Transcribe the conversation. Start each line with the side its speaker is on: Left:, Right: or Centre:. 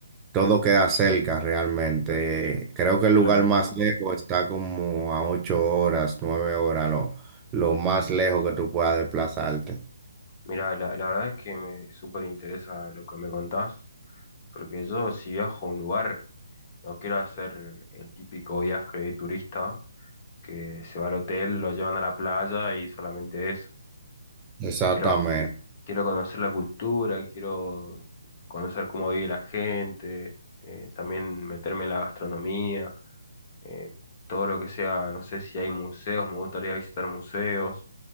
Right: todo queda cerca realmente. Creo que el
Left: Claro.
Right: lugar más lejos está como a 8 horas, 9 horas, lo, lo más lejos que tú puedas desplazarte.
Left: Mira, la, la verdad es que me súper interesa lo que me contás, porque yo si viajo a un lugar, no quiero hacer el típico viaje de turista que se va al hotel, lo llevan a la playa y solamente eso.
Right: Exactamente,
Left: Quiero, quiero conocer la cultura, quiero conocer cómo vive la gente, eh, también meterme en la gastronomía, eh, todo lo que sea, no sé si hay museos, me gustaría visitar museos,